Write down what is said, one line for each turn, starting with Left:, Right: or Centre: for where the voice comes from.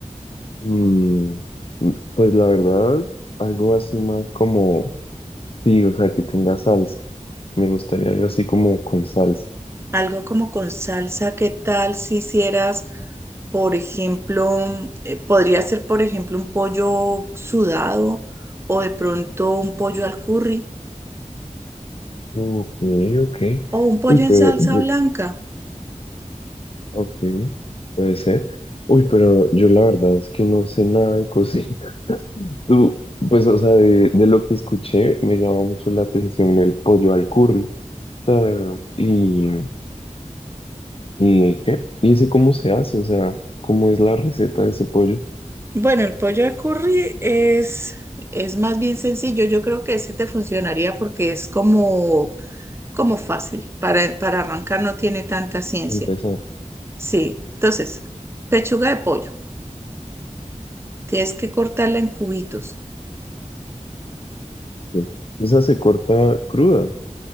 Left: Mm, mm, pues la verdad, algo así más como, sí, o sea, que tenga salsa. Me gustaría algo así como con salsa.
Right: Algo como con salsa, ¿qué tal si hicieras, por ejemplo, eh, podría ser, por ejemplo, un pollo sudado o de pronto un pollo al curry
Left: Ok, ok.
Right: o un pollo
Left: Uy, pero,
Right: en salsa
Left: de-
Right: blanca?
Left: ok, puede ser. Uy, pero yo la verdad es que no sé nada de cocina. Tú, pues, o sea, de, de lo que escuché, me llama mucho la atención el pollo al curry. O sea, y, y ¿qué? ¿Y ese cómo se hace? O sea, ¿cómo es la receta de ese pollo?
Right: Bueno, el pollo de curry es, es más bien sencillo. Yo creo que ese te funcionaría porque es como, como fácil. Para, para arrancar no tiene tanta ciencia.
Left: Empezó.
Right: Sí, entonces, pechuga de pollo. Tienes que cortarla en cubitos.
Left: Sí. Esa se corta cruda.